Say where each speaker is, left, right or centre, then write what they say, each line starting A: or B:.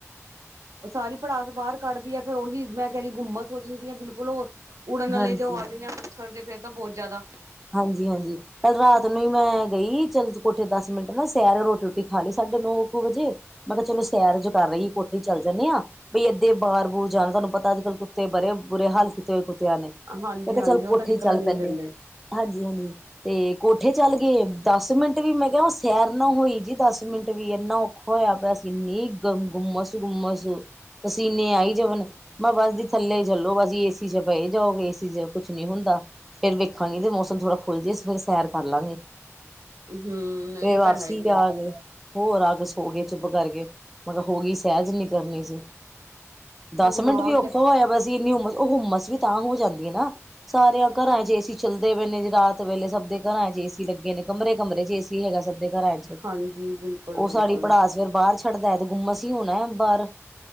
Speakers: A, on the right; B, in the centre.
A: ਉਹ ਸਾਰੀ ਪੜਾਸ ਬਾਹਰ ਕੱਢਦੀ ਹੈ, ਫੇਰ ਉਹੀ ਮੈਂ ਕਹਿਣੀ ਗੁੱਮਸ ਹੋ ਜਾਂਦੀ ਆ। ਬਿਲਕੁਲ ਉਹ ਉੜਨ ਨਾਲੇ
B: ਹਾਂਜੀ
A: ਜੇ ਆ ਜਾਂਦੇ ਆ। ਮੱਛਰ ਜੇ, ਫੇਰ ਤਾਂ ਬਹੁਤ ਜ਼ਿਆਦਾ
B: ਹਾਂਜੀ-ਹਾਂਜੀ ਕੱਲ ਰਾਤ ਨੂੰ ਹੀ ਮੈਂ, ਗਈ ਚੱਲ ਕੋਠੇ ਦਸ ਮਿੰਟ ਨਾ, ਸੈਰ ਰੋਟੀ-ਰੋਟੀ ਖਾ ਲਈ ਸੀ। ਸਾਢੇ ਨੋ ਇੱਕ ਵਜੇ, ਮੈਂ ਕਿਹਾ ਚਲੋ ਸੈਰ ਜੋ, ਕਰ ਆਈਏ ਕੋਠੇ ਚੱਲ ਜਾਨੇਆ। ਬਈ, ਏਦੇ ਬਾਰ-ਬੂਰ ਜਾਣ ਤੁਹਾਨੂੰ ਪਤਾ ਅੱਜ-ਕੱਲ੍ਹ ਕੁੱਤੇ ਬੜੇ ਬੁਰੇ ਹਾਲ ਕਿਤੇ ਹੋਏ ਕੁੱਤੇ ਆਂ ਨੇ। ਮੈਂ
A: ਹਾਂਜੀ
B: ਕਿਹਾ
A: ਹਾਂਜੀ
B: ਚੱਲ
A: ਉਹ
B: ਕੋਠੇ
A: ਤਾਂ ਨਿਕਲਣ
B: ਚੱਲ
A: ਹੀ
B: ਪੈਣੇਆ,
A: ਨੀ ਦਿੰਦੇ
B: ਹਾਂਜੀ-ਹਾਂਜੀ। ਤੇ ਕੋਠੇ ਚੱਲ ਗਏ। ਦਸ ਮਿੰਟ ਵੀ ਮੈਂ, ਕਿਹਾ ਸੈਰ ਨਾ ਹੋਈ ਜੀ, ਦਸ ਮਿੰਟ ਵੀ ਇੰਨਾ ਔਖਾ ਹੋਇਆ ਪਿਆ ਸੀ। ਇਨੀ ਗ ਗੁੰਮਸ-ਗੁੰਮਸ ਪਸੀਨੇ ਆਈ ਜਾਨ। ਮੈਂ ਬਸ ਜੀ ਥੱਲੇ ਚੱਲੋ। ਬਸ, ਏਸੀ'ਚ, ਪਏ ਜਾਓ ਏਸੀ' ਚ, ਕੁਛ ਨੀ ਹੁੰਦਾ। ਫੇਰ ਵੇਖਾਂਗੇ, ਤੇ ਮ ਮੌਸਮ ਥੋੜ੍ਹਾ ਖੁੱਲ੍ਹ ਜਏ, ਅਸੀਂ ਫਿਰ ਸੈਰ ਕਰ ਲਾਂਗੇ।
A: ਹਮ
B: ਫੇ
A: ਇਹ
B: ਵਾਪਸੀ
A: ਤਾਂ ਹੈ ਹੀ ਹੈ
B: ਆ ਗਏ। ਹੋਰ ਆ ਕੇ ਸੌ ਗਏ ਚੁੱਪ ਕਰਕੇ। ਮੈਂ ਕਿਹਾ ਹੋ ਗਈ ਸੈਰ ਜੀਨੀ ਕਰਨੀ ਸੀ। ਦਸ ਮਿੰਟ
A: ਨਾ
B: ਵੀ ਔਖਾ
A: ਕਿ
B: ਹੋਇਆ ਪਇਆ ਸੀ। ਇੰਨੀ ਉਮ ਹੁੱਮਸ - ਵੀ, ਤਾਂ ਹੋ ਜਾਂਦੀਆਂ ਨਾ ਸਾਰਿਆਂ ਘਰਾਂ'ਚ, ਏਸੀ ਚੱਲਦੇ ਪਏ ਨੇ ਰਾਤ ਵੇਲੇ ਸਭ ਦੇ ਘਰਾਂ'ਚ ਏ, ਲੱਗੇ ਨੇ ਕਮਰੇ-ਕਮਰੇ 'ਚ, ਏਸੀ ਹੈਗਾ, ਸਭ ਦੇ ਘਰਾਂ'ਚ
A: ਹਾਂਜੀ ਬਿਲਕੁਲ
B: ਉਹ ਸਾੜੀ
A: ਬਿਲਕੁਲ
B: ਪੜਾਸ ਫਿਰ ਬਾਹਰ ਛੱਡਦਾ ਹੈ ਤੇ, ਗੁੰਮਸ ਹੀ ਹੋਣਾ ਬਾਹਰ।